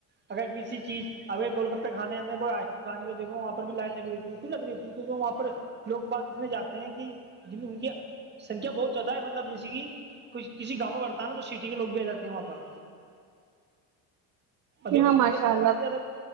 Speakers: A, on the right; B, on the right.
A: اگر کسی چیز اگر گول گپے کھانے ہمیں کو آئس کھانا ہو تو وہاں پر بھی لائن لگای ہوئی رہتی لگ رہی تھی کیونکہ وہاں پر لوگ باغ میں جاتے ہیں کی جن ان کے سکھیا بہت زیادہ ہے مطلب جیسیے کی کسی گاؤں میں پڑتا ہے نا تو سٹی کے لوگ بھی آ جاتے ہیں وہاں پر
B: ہیں
A: دیکھو
B: جی ہاں
A: آپ نے
B: ماشاء
A: دیکھا ہوگا
B: اللہ
A: کہ زیادہ